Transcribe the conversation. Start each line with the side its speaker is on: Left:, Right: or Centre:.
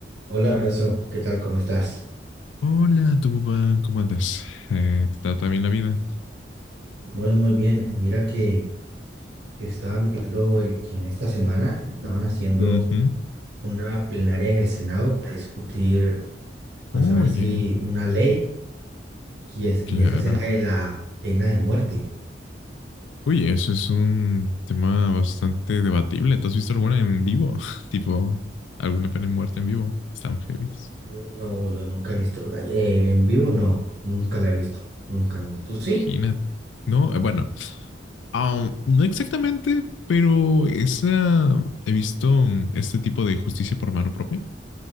Right: Hola Renzo, ¿qué tal? ¿Cómo estás?
Left: Hola, Duban, ¿cómo andas? Eh, ¿te trata bien la vida?
Right: Muy, muy bien. Y Mira que yo estaba viendo eh, que en esta semana estaban haciendo
Left: Ujú.
Right: una plenaria en el Senado para discutir, pues
Left: Oye,
Right: a ver si una ley que es,
Left: claro.
Right: y es acerca de la pena de muerte.
Left: Oye, eso es un tema bastante debatible. ¿Te has visto alguna en vivo? <laughs> Tipo, alguna pena de muerte en vivo. Están heavy.
Right: No, yo nunca he visto, eh, en vivo no, nunca la he visto, nunca, nunca. ¿Tú sí?
Left: Imagínate. No, eh, bueno, ah, no exactamente, pero esa, he visto mm, este tipo de justicia por mano propia,